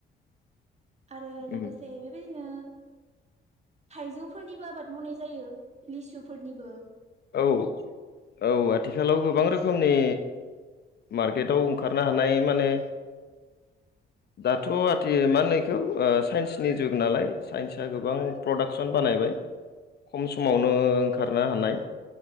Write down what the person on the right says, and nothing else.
आरो लोगोसे
बेबायदिनो थाइजौफोरनिबो आबाद मावनाय जायो लिसुफोरनिबो
- <inaudible>